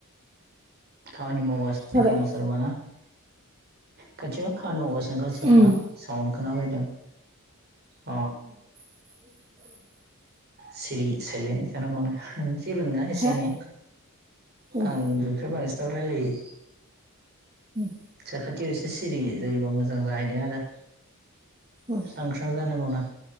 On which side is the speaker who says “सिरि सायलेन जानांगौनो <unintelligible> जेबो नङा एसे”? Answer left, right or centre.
Right